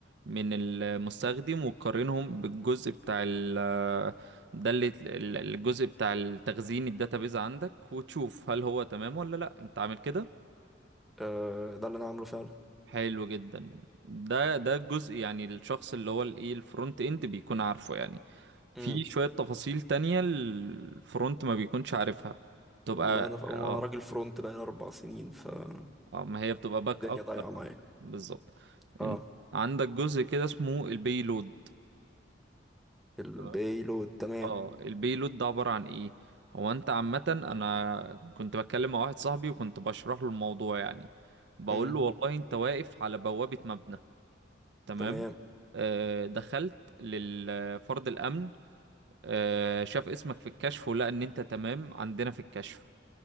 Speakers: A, on the right; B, in the centre.
A: من المستخدم وتقارنهم بالجزء بتاع ال ده اللي ال- الجزء بتاع التخزين الداتابيز عندك وتشوف هل هو تمام ولا لا انت عامل كده
B: آه، ده اللي انا عامله فعلا
A: حلو جدا ده ده الجزء يعني الشخص اللي هو الايه الفرونت اند بيكون عارفه يعني
B: امم
A: في شوية تفاصيل تانية الفرونت ما بيكونش عارفها تبقى
B: ما انا ما
A: اه
B: انا راجل فرونت بقى اربع سنين فالدنيا
A: اه ما هي بتبقى باك
B: ضايعه
A: اب
B: معايا
A: بالظبط
B: اه
A: إن- عندك جزء كده اسمه البيلود
B: البيلود
A: تمام
B: تمام
A: اه البيلود ده عبارة عن ايه هو انت عامة انا كنت بتكلم مع واحد صاحبي وكنت بشرح له الموضوع يعني بقول
B: امم
A: له والله انت واقف على بوابة مبنى تمام
B: تمام
A: آه دخلت للفرد الامن آه شاف اسمك في الكشف ولقى ان انت تمام عندنا في الكشف